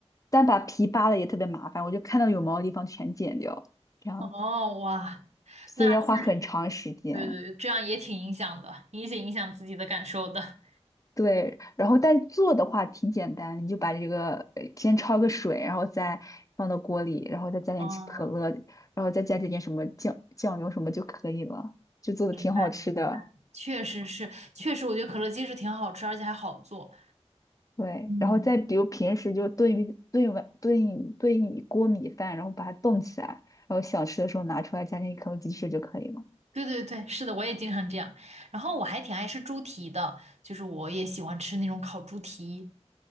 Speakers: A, on the left (about 30°); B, on the right (about 75°).
A: 但把皮扒了也特别麻烦，我就看到有毛的地方全剪掉，这样子，
B: 哦哇，
A: 所以要花很长时间。
B: 那确实，对对对，这样也挺影响的，也挺影响自己的感受的。
A: 对，然后但做的话挺简单，你就把这个呃先焯个水，然后再放到锅里，然后再加点起可乐，
B: 嗯，
A: 然后再加这点什么酱酱油什么就可以了，就做的挺好吃的。
B: 明白明白确实是，确实，我觉得可乐鸡翅挺好吃，而且还好做。
A: 对，
B: 嗯。
A: 然后再比如平时就炖一炖碗炖一炖一锅米饭，然后把它冻起来，然后想吃的时候拿出来加点可乐鸡翅就可以了。
B: 对对对，是的，我也经常这样。然后我还挺爱吃猪蹄的，就是我也喜欢吃那种烤猪蹄。